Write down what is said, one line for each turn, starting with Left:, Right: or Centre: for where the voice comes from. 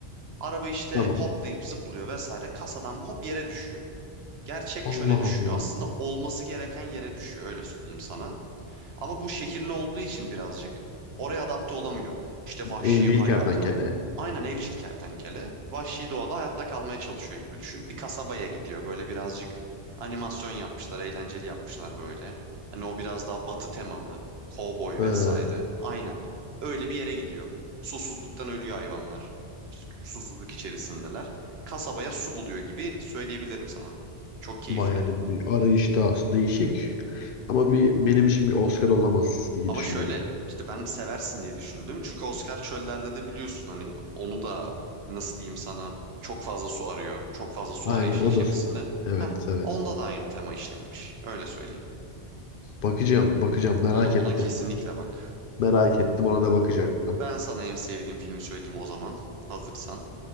Right: Araba işte
Left: Tamam.
Right: hoplayıp zıplıyor vesaire. Kasadan bu hop yere düşüyor. Gerçek
Left: Allah
Right: çöle düşüyor.
Left: Allah.
Right: Aslında olması gereken yere düşüyor öyle söyleyeyim sana. Ama bu şehirli olduğu için birazcık oraya adapte olamıyor. İşte vahşi
Left: Evcil
Right: hayata.
Left: kertenkele.
Right: Aynen evcil kertenkele vahşi doğada hayatta kalmaya çalışıyor gibi düşün. Bir kasabaya gidiyor böyle birazcık animasyon yapmışlar, eğlenceli yapmışlar böyle. Hani o biraz daha batı temalı, kovboy
Left: Ha.
Right: vesaire. Aynen. Öyle bir yere gidiyor. Susuzluktan ölüyor hayvanlar. İşte susuzluk içerisindeler. Kasabaya su buluyor gibi söyleyebilirim sana. Çok keyifli.
Left: Vay yani bir arayışta aslında değişik. Ama bir benim için bir Oscar olamaz diye
Right: Ama
Left: düşünüyorum.
Right: şöyle işte ben seversin diye düşündüm. Çünkü Oscar çöllerde de biliyorsun hani onu da nasıl diyeyim sana çok fazla su arıyor. Çok fazla su
Left: Aynen
Right: arayışı
Left: o
Right: içerisinde.
Left: da. Evet
Right: Heh,
Left: evet.
Right: onda da aynı tema işlenmiş. Öyle söyleyeyim.
Left: Bakacağım bakacağım merak
Right: Ona, ona
Left: ettim.
Right: kesinlikle bak.
Left: Merak ettim ona da bakacağım.
Right: Ben sana en sevdiğim filmi söyleyeyim o zaman hazırsan.